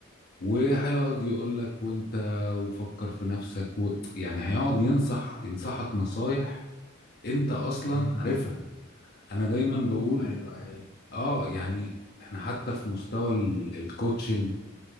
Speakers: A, on the left (about 50°); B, on the left (about 80°).
A: وهيقعد يقول لك وانت وفكر في نفسك و... يعني هيقعد ينصح ينصحك نصايح انت اصلا
B: مم، مم.
A: عارفها انا دايما بقول
B: ايوه ايوه
A: اه يعني احنا حتى في مستوى ال- الكوتشنج